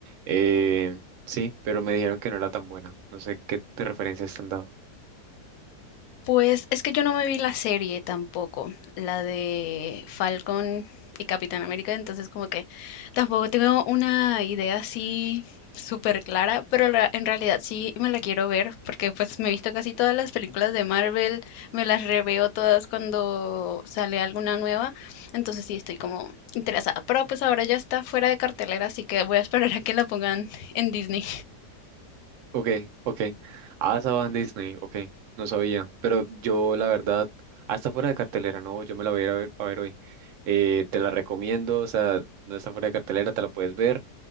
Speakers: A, on the right; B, on the left.
A: eh, sí, pero me dijeron que no era tan buena. No sé qué te referencias te han dado.
B: Pues es que yo no me vi la serie tampoco, la de Falcon y Capitán América, entonces como que tampoco tengo una idea así súper clara, pero la- en realidad sí me la quiero ver porque pues me he visto casi todas las películas de Marvel, me las reveo todas cuando sale alguna nueva, entonces sí estoy como interesada, pero pues ahora ya está fuera de cartelera, así que voy a esperar a que la pongan en Disney.
A: Ok, ok. Ah, estaba en Disney, ok. No sabía. Pero yo, la verdad, hasta fuera de cartelera, no, yo me la voy a ir a ver, a ver hoy. Eh, te la recomiendo, o sea, no está fuera de cartelera, te la puedes ver.